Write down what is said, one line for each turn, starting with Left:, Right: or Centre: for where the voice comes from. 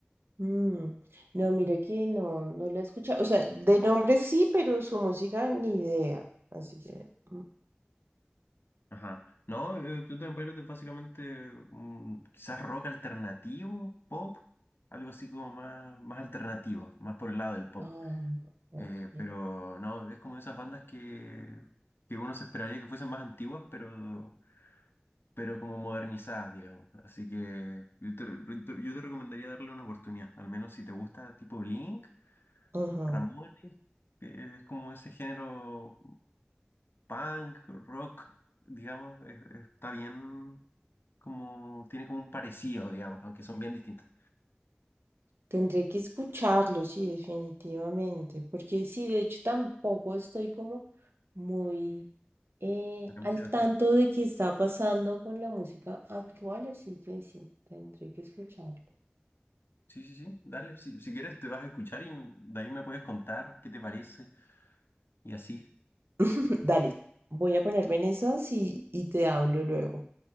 Right: Mm, No, mira que no, no la escucha. O sea, de nombre sí, pero su música ni idea. Así que. mm,
Left: Ajá. No, eh, Pluto Empire es básicamente mm, quizás rock alternativo, pop, algo así como más, más alternativo, más por el lado del pop.
Right: Ah, ok.
Left: Eh, pero no, es como de esas bandas que, que uno se esperaría que fuesen más antiguas, pero, pero como modernizadas, digamos. Así que yo te, re- yo te yo te recomendaría darle una oportunidad, al menos si te gusta tipo Blink,
Right: Ajá.
Left: Ramones, que es como ese género punk, rock, digamos, es- está bien como, tiene como un parecido, digamos, aunque son bien distintas
Right: Tendré que escucharlo, sí, definitivamente. Porque sí, de hecho, tampoco estoy como muy eh,
Left: a la
Right: al
Left: música actual.
Right: tanto de qué está pasando con la música actual, así que sí, tendré que escucharlo.
Left: Sí, sí, sí, dale, si, si quieres te vas a escuchar y de ahí me puedes contar qué te parece y así.
Right: <laughs> Dale, voy a ponerme en esas y, y te hablo luego.